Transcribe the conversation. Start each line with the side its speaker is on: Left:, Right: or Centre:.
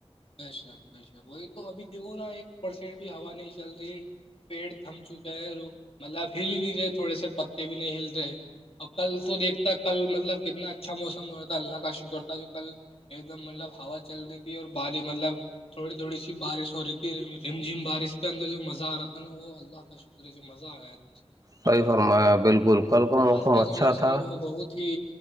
Left: بشک ب شک وہی تو ابھی دیکھو نا ایک پرسینٹ بھی ہوا نہیں چل رہی پیڑ تھم چکے ہیں رو مطلب اب ہل ہی نہیں رہے تھوڑے سے پتے بھی نہیں ہل رہے اور کل تو دیکھتا کل مطلب کتنا اچھا موسم ہو رہتا ہے اللہ کا شکر تھا جو کل ایک دم مطلب ہا چل رہی تھی اور بھاری مطلب تھوڑی تھوڑی سی بارش ہو رہی تھی رم جھم بارش کے اندر جو مزہ آ رہا تھا نا وہ اللہ کا جو مزہ آ گیا ہے
Right: صحیح
Left: دیکھ
Right: فرمایا
Left: کے
Right: بالکل کل موسم
Left: آج کا
Right: اچھا
Left: جو موسم
Right: تھا
Left: ہے وہ بہت ا ہی